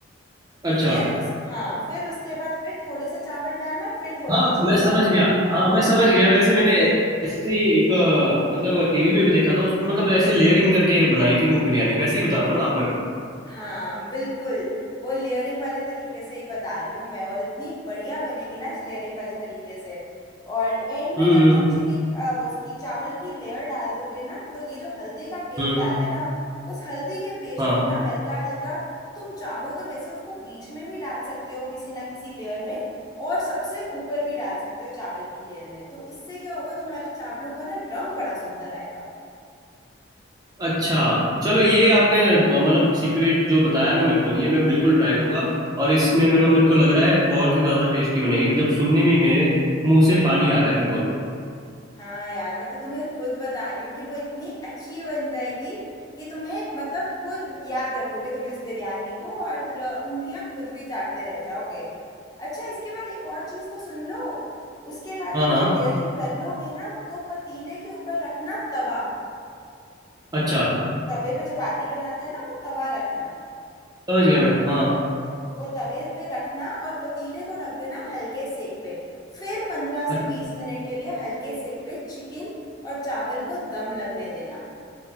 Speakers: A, on the right (about 20°); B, on the left (about 20°).
A: अच्छा
B: फिर उस, हाँ फिर उसके बाद फिर थोड़े से चावल डालना फिर थोड़ा
A: हाँ
B: सा चिकन
A: मैं समझ
B: डालना
A: गया हाँ मैं समझ गया वैसे मैंने ऐसे ही एक अ, मतलब टीवी में भी देखा था उसमें मतलब ऐसे लेयरिंग करके बनाई थी वो बिरयानी वैसे ही बता रहे हो ना आप मेरे को
B: हाँ बिल्कुल वो लेयरिंग वाले तरीके से ही बता रही हूँ मैं और इतनी बढ़िया बनेगी ना इस लेयरिंग वाले तरीके से और एंड में
A: हम्म
B: जब
A: हम्म
B: तुम चिकन वो उसकी चावल की लेयर डाल दोगे ना तो ये जो हल्दी का पेस्ट
A: हम्म,
B: डाला है ना उस हल्दी के पेस्ट
A: हाँ
B: को ना हल्का हल्का तुम चाहो तो वैसे उसको बीच में भी डाल सकते हो किसी ना किसी लेयर में और सबसे ऊपर भी डाल सकते हो चावल की लेयर में तो इससे क्या होगा तुम्हारे चावलों का ना रंग बड़ा सुंदर आएगा
A: अच्छा चलो ये आपने ब- मतलब सीक्रेट जो बताया ना मेरे को ये मैं बिल्कुल ट्राई करूंगा और इसमें मेरे को मेरे को लग रहा है बहुत ही ज़्यादा टेस्टी बनेगी जब सुनने में ही मेरे मुंह से पानी आ रहा है मेरे को अभी
B: हाँ यार मैं तो तुम्हें खुद बता रही हूँ कि वो इतनी अच्छी बन जाएगी कि तुम्हें मतलब खुद याद रखोगे तुम इस बिरयानी को और उंगलियां खुद भी चाटते रह जाओगे अच्छा इसके बाद एक और चीज तो सुन लो उसके बाद
A: हाँ
B: जब
A: हाँ
B: ये लेयरिंग कर लोगे ना तो पतीले के ऊपर रखना तवा
A: अच्छा
B: तवे पे चपाती बनाते हैं ना वो तवा रखना
A: समझ गया मैं हाँ
B: हाँ वो तवे पे रखना और पतीले को रख देना हल्के सेक पे फिर पंद्रह
A: अ-
B: से बीस मिनट के लिए हल्के सेक पे चिकन और चावल को दम लगने देना